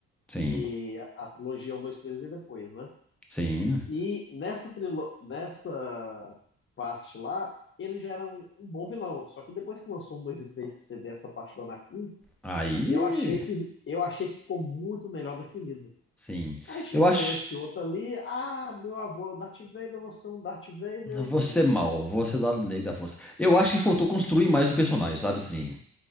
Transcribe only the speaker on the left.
Que a trilogia um 2 3 veio depois, né?
E nessa, trilo nessa parte lá, ele já era um, um bom vilão. Só que depois que lançou um 2 e 3 que você vê essa parte do Anakin,
eu achei que, eu achei que ficou muito melhor definido.
Aí chegou
esse outro ali, ah, meu avô é o Darth Vader, você é um Darth Vader
e
pronto.